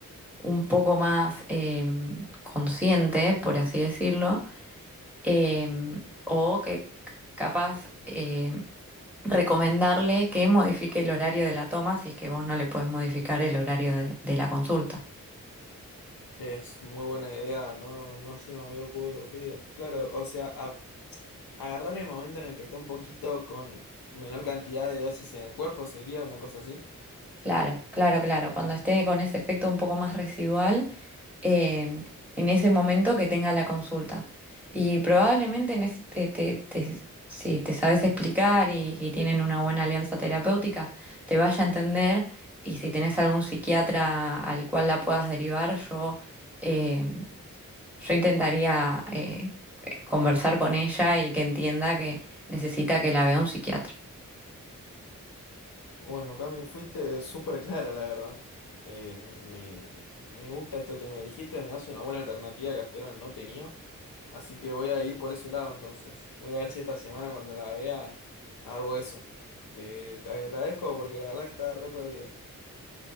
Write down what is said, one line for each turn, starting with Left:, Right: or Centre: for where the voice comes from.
Centre: un poco más em, consciente, por así decirlo, em, o que capaz... em, recomendarle que modifique el horario de la toma si es que vos no le podés modificar el horario de, de la consulta.
Left: Es muy buena idea, no, no se me había ocurrido. Claro, o sea, a- agarrar el momento en el que está un poquito con menor cantidad de dosis en el cuerpo sería una cosa así.
Centre: Claro, claro, claro. Cuando esté con ese efecto un poco más residual, eh, en ese momento que tenga la consulta. Y probablemente en ese- te- te- te- si te sabes explicar y, y tienen una buena alianza terapéutica, te vaya a entender. Y si tenés algún psiquiatra al cual la puedas derivar, yo eh, Yo intentaría eh, conversar con ella y que entienda que necesita que la vea un psiquiatra.
Left: Bueno, Cami, fuiste súper clara, la verdad. Eh, me, me gusta esto que me dijiste, me das una buena alternativa que hasta ahora no tenía. Así que voy a ir por ese lado entonces. Voy a ver si esta semana cuando la vea hago eso. Te, te agradezco porque la verdad que estaba re perdido.